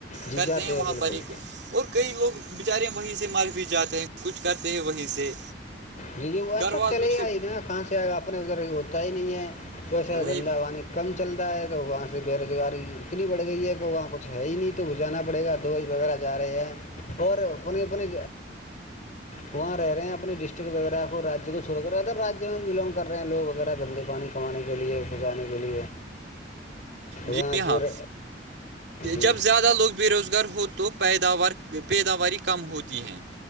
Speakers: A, on the left (about 45°); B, on the right (about 70°).
A: جی
B: کرتے
A: جاتے
B: ہیں وہاں
A: بالکل
B: پر ہی کچھ اور کئی لوگ بیچارے وہیں سے مر بھی جاتے ہیں کچھ کرتے ہیں وہیں سے
A: جی جی ویسا
B: گھر والوں
A: چلے گا
B: سے
A: ہی نا کہاں سے آ اپنے ادھر ہوتا ہی نہیں ہے ویسے
B: وہی
A: دھندا وانی کم چلتا ہے تو وہاں سے بےروزگاری اتنی بڑھ گئی ہے کہ وہاں کچھ ہے ہی نہیں تو وہ جانا پڑے گا دوج وغیرہ جا رہے ہیں اور اپنے اپنے وہاں رہ رہے ہیں اپنے ڈسٹ وغیرہ کوج کو چوڑ کر ادرایہ میں بلگ کر رہ ہیں لو وغیرہ دندے پانی کمان کے کے لیے پ جانے کے لیے وہاں
B: جی
A: جو
B: ہاں
A: ر... جی
B: جب زیادہ لوگ بے روزگار ہوتے تو پیداوار پیداواری کم ہوتی ہے